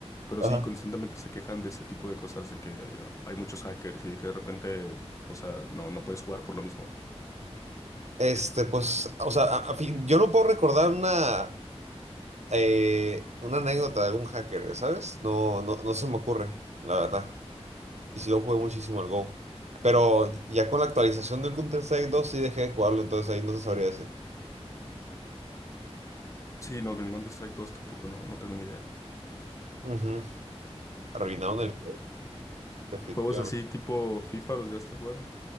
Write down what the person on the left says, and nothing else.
pero
sí constantemente se quejan de ese tipo de cosas, de que eh, hay muchos hackers y de que de repente, o sea, no, no puedes jugar por lo mismo.
Sí, no, con el Counter-Strike 2 tampoco, no, no tengo ni idea.
Juegos así tipo FIFA, ¿los ya a jugar?